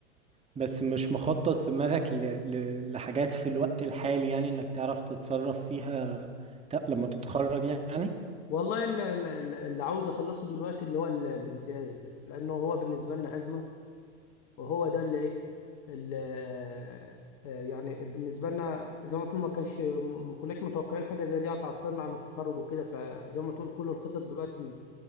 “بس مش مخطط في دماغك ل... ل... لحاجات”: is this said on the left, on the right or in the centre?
Right